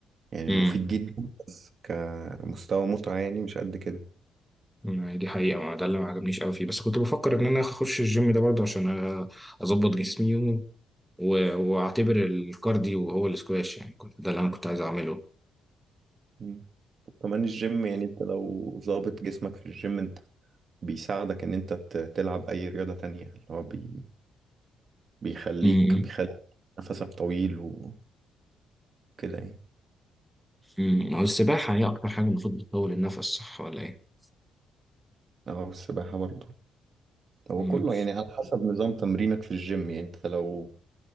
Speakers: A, on the right (about 50°); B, in the centre.
A: يعني
B: امم
A: مفيد جدا بس كمستوى متعة يعني مش قد كده
B: يعني دي حقيقه ما ده اللي ما عجبنيش قوي فيه بس كنت بفكر ان انا اخش الجيم ده برضه عشان أ- اظبط جسمي و... و- واعتبر الكارديو هو الاسكواش يعني كنت ده اللي انا كنت عايز اعمله
A: مم. وكمان الجيم يعني انت لو ظابط جسمك في الجيم انت بيساعدك ان انت ت- تلعب اي رياضة تانية اللي هو بي... بيخليك
B: امم
A: بيخلي نفسك طويل وكده يعني
B: أمم. هو السباحه هي اكتر حاجه المفروض بتطول النفس صح ولا ايه
A: اه السباحة برضه هو
B: امم
A: كله يعني على حسب نظام تمرينك في الجيم يعني انت لو